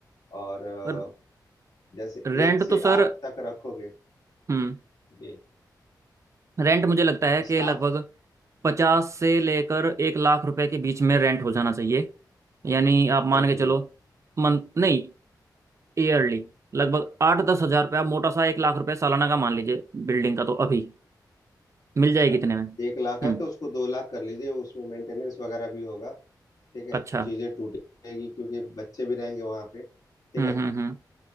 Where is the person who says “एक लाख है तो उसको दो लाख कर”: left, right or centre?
Left